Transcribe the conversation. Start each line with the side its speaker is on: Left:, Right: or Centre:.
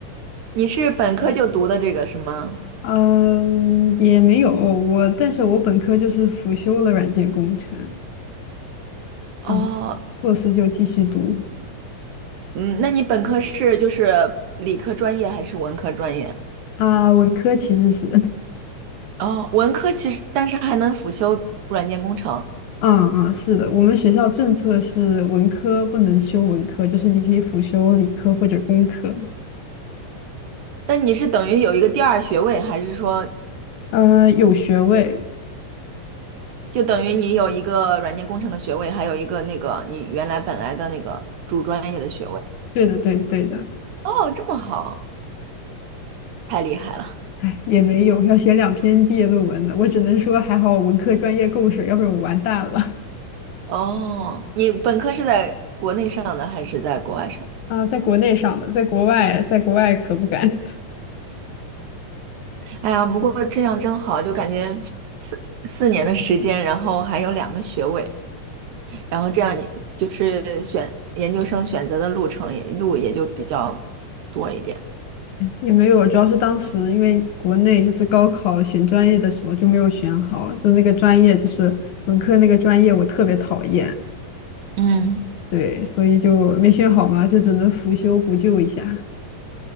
Right: 你是本科就读的这个是吗？
Left: 嗯，也没有我，但是我本科就是辅修了软件工程，
Right: 哦，
Left: 然后硕士就继续读
Right: 嗯，那你本科是就是理科专业还是文科专业？
Left: 啊，文科其实是，<laughs>
Right: 哦，文科其实但是还能辅修软件工程。
Left: 嗯嗯，是的，我们学校政策是文科不能修文科，就是你可以辅修理科或者工科，
Right: 但你是等于有一个第二学位，还是说
Left: 呃，有学位，
Right: 就等于你有一个软件工程的学位，还有一个那个你原来本来的那个主专业的学位。
Left: 对对的，对对的。
Right: 哦，这么好，太厉害了。
Left: 哎，也没有，要写两篇毕业论文的。我只能说，还好我文科专业够水，要不然我完蛋了。
Right: 哦，你本科是在国内上的还是在国外上的？
Left: <laughs> 啊，在国内上的，在国外，在国外可不敢。<laughs>
Right: 哎呀，不过这样真好，就感觉四四年的时间，然后还有两个学位，然后这样你就是选研究生选择的路程也路也就比较多一点。
Left: 也没有，主要是当时因为国内就是高考选专业的时候就没有选好，是那个专业就是文科那个专业我特别讨厌，
Right: 嗯。
Left: 对，所以就没选好嘛，就只能辅修补救一下。